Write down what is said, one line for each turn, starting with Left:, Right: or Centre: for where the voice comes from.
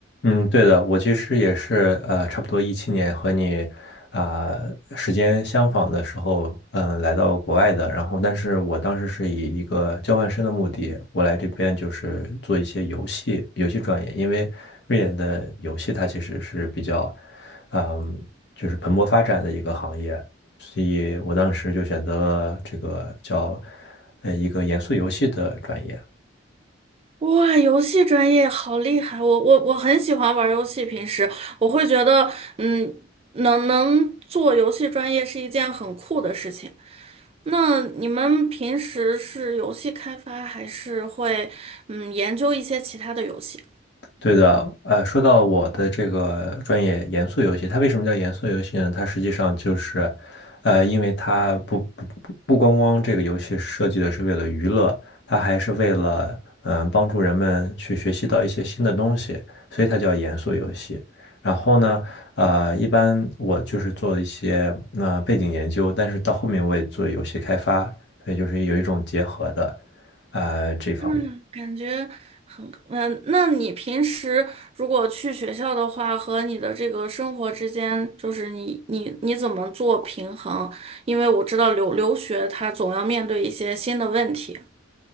Left: 嗯，对的，我其实也是，呃，差不多一七年和你啊、时间相仿的时候，嗯、呃来到国外的。然后，但是我当时是以一个交换生的目的，我来这边就是做一些游戏游戏专业，因为瑞典的游戏它其实是比较，嗯，就是蓬勃发展的一个行业，所以我当时就选择了这个叫呃一个严肃游戏的专业。
Right: 哇，游戏专业好厉害！我我我很喜欢玩游戏，平时我会觉得嗯能能做游戏专业是一件很酷的事情。那你们平时是游戏开发，还是会嗯研究一些其他的游戏？
Left: 对的，呃，说到我的这个专业严肃游戏，它为什么叫严肃游戏呢？它实际上就是，呃，因为它不不不光光这个游戏设计的是为了娱乐，它还是为了嗯、呃帮助人们去学习到一些新的东西，所以它叫严肃游戏。然后呢，呃，一般我就是做一些那、呃背景研究，但是到后面我也做游戏开发，所以就是有一种结合的，呃，这方面。
Right: 嗯，感觉很嗯。那你平时如果去学校的话，和你的这个生活之间，就是你你你怎么做平衡？因为我知道留留学，他总要面对一些新的问题。